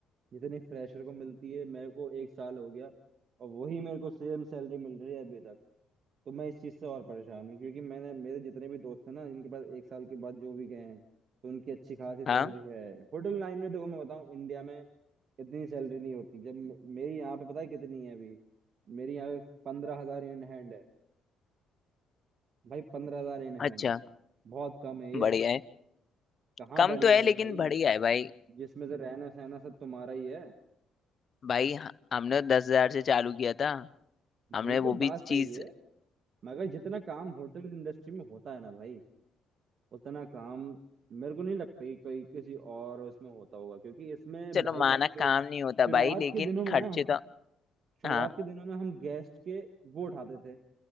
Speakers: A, on the right; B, on the left.
A: जितनी फ्रेशर को मिलती है मेरे को एक साल हो गया और वही मेरे को सेम सैलरी मिल रही है अभी तक तो मैं इस चीज़ से और परेशान हूँ क्योंकि मैंने मेरे जितने भी दोस्त हैं ना जिनके पास एक साल के बाद जो भी गए हैं तो उनकी अच्छी खासी सैलरी
B: हाँ
A: है होटल लाइन में देखो मैं बताऊँ इंडिया में इतनी सैलरी नहीं होती जब मे- मेरी यहाँ पे पता है कितनी है अभी मेरी यहाँ पे पंद्रह हजार इन हैंड है भाई पंद्रह हजार इन हैंड
B: अच्छा
A: बहुत कम है ये
B: बढ़िया है
A: कहाँ
B: कम
A: बढ़िया
B: तो है
A: है
B: लेकिन
A: भाई
B: बढ़िया है भाई
A: जिसमें से रहना सहना सब तुम्हारा ही है
B: भाई ह- हमने तो दस हजार से चालू किया था हमने
A: बिल्कुल
B: वो
A: बात
B: भी चीज
A: सही है मगर जितना काम होटल इंडस्ट्री में होता है ना भाई उतना काम मेरे को नहीं लगता कि कोई किसी और इसमें होता होगा क्योंकि इसमें
B: चलो
A: भाई
B: माना
A: ऐसे
B: काम नहीं होता
A: शुरुआत
B: भाई लेकिन
A: के दिनों में
B: खर्चे
A: ना
B: तो
A: शुरुआत
B: हाँ
A: के दिनों में हम गेस्ट के वो उठाते थे